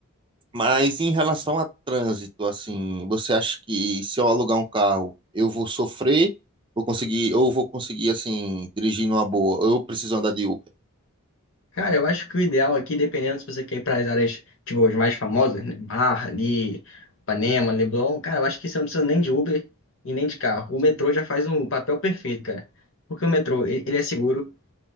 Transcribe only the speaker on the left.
Cara, eu acho que o ideal aqui, dependendo se você quer ir para as áreas, tipo, as mais famosas, né? Barra, ali, Ipanema, Leblon, cara, eu acho que você não precisa nem de Uber e nem de carro. O metrô já faz um papel perfeito, cara. Porque o metrô, ele ele é seguro,